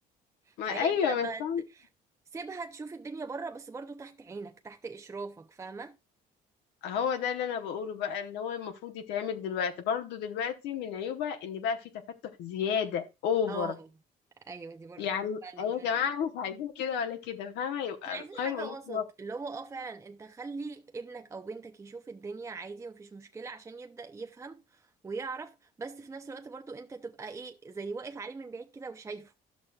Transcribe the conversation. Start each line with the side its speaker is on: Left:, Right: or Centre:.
Left: ما
Right: فهي
Left: ايوه
Right: انت لما
Left: بس
Right: ت-
Left: أنا-
Right: سيبها تشوف الدنيا بره بس برضو تحت عينك تحت اشرافك فاهمه
Left: هو ده اللي انا بقوله بقى اللي هو المفروض يتعمل دلوقتي برضو دلوقتي من عيوبها ان بقى في تفتح زياده اوفر
Right: اه ايوه دي برضو
Left: يعني
Right: فال...
Left: أيوة يا جماعه مش عايزين كده ولا كده فاهمه يبقى
Right: احنا عايزين
Left: خير
Right: حاجه
Left: الامور
Right: وسط
Left: الوسط.
Right: اللي هو اه فعلا انت خلي ابنك او بنتك يشوف الدنيا عادي مفيش مشكله عشان يبدا يفهم ويعرف بس في نفس الوقت برضو انت تبقى ايه زي واقف عليه من بعيد كده وشايفه